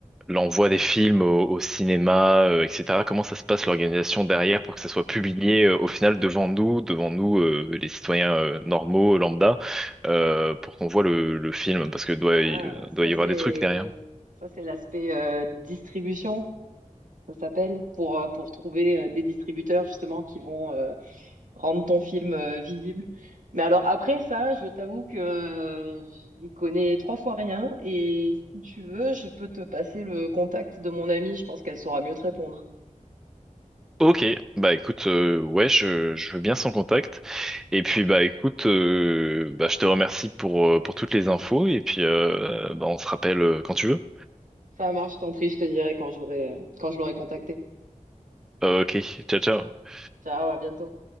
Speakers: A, in the centre; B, on the right (about 70°).
A: l'envoi des films au, au cinéma, euh, etc. Comment ça se passe l'organisation derrière pour que ça soit publié euh, au final devant nous, devant nous euh, les citoyens euh, normaux, lambda, euh, pour qu'on voit le, le film, parce que doit
B: Ah,
A: y, euh,
B: ça,
A: doit y
B: c'est
A: avoir des trucs derrière.
B: ça, c'est l'aspect euh, distribution, ça s'appelle, pour, euh, pour trouver euh, des distributeurs justement qui vont euh, rendre ton film euh, visible. Mais alors après ça, je t'avoue que euh, j'y connais trois fois rien et si tu veux, je peux te passer le contact de mon amie, je pense qu'elle saura mieux te répondre.
A: Ok, bah écoute, euh, ouais, je, je veux bien son contact. Et puis bah écoute, euh, bah, je te remercie pour, euh, pour toutes les infos et puis euh, bah, on se rappelle euh, quand tu veux.
B: Ça marche, je t'en prie, je te dirai quand j'aurai euh, quand je l'aurai contactée.
A: Euh, ok, ciao ciao.
B: Ciao, à bientôt.